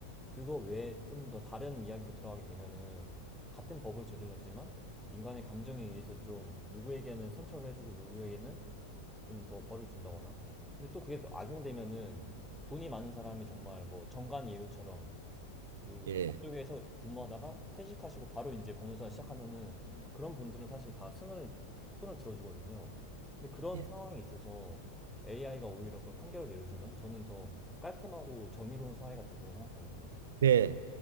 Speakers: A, in the centre; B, on the right.
A: 그거 외에 좀 더 다른 이야기로 들어가게 되면은 같은 법을 저질렀지만 인간의 감정에 의해서 좀 누구에게는 선처를 해주고 누구에게는 좀 더 벌을 준다거나 근데 또 그게 악용되면은 돈이 많은 사람이 정말 뭐 정관 예우처럼 그
B: 예,
A: 법조계에서 근무하다가 퇴직하시고 바로 이제 변호사 시작하면은 그런 분들은 사실 다 승을 손을 들어주거든요. 근데 그런
B: 예. 예.
A: 상황이 있어서 AI가 오히려 그 판결을 내려주면 저는 더 깔끔하고 정의로운 사회가 될 거라 생각하거든요.
B: 네.